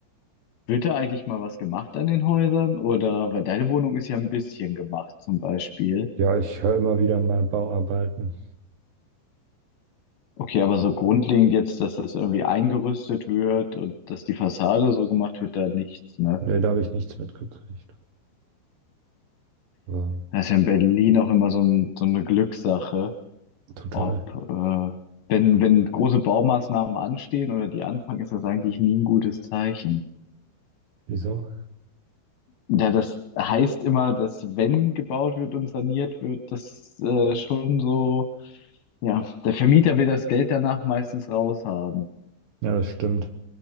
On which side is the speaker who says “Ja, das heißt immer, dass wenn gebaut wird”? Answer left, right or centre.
Left